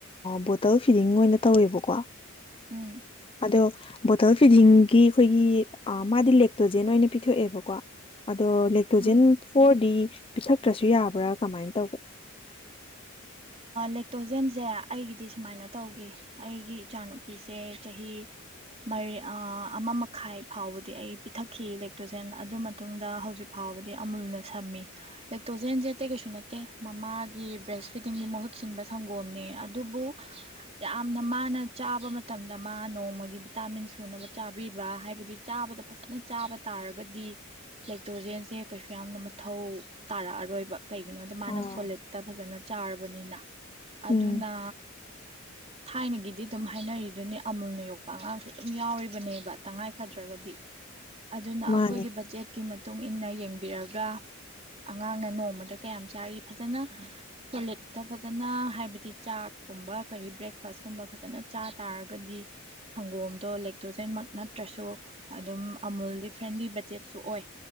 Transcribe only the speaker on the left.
ꯕꯣꯇꯜ ꯐꯤꯗꯤꯡ ꯑꯣꯏꯅ ꯇꯧꯋꯦꯕꯀꯣ
ꯑꯗꯣ ꯕꯣꯇꯜ ꯐꯤꯗꯤꯡꯒꯤ ꯑꯩꯈꯣꯏꯒꯤ ꯃꯥꯗꯤ ꯂꯦꯛꯇꯣꯖꯦꯟ ꯑꯣꯏꯅ ꯄꯤꯊꯣꯛꯑꯦꯕꯀꯣ ꯑꯗꯣ ꯂꯦꯛꯇꯣꯖꯤꯟ
ꯐꯣꯔꯗꯤ ꯄꯤꯊꯛꯇ꯭ꯔꯁꯨ ꯌꯥꯕ꯭ꯔꯥ ꯀꯃꯥꯏꯅ ꯇꯧꯒꯦ
ꯑꯥ
ꯎꯝ
ꯃꯥꯅꯦ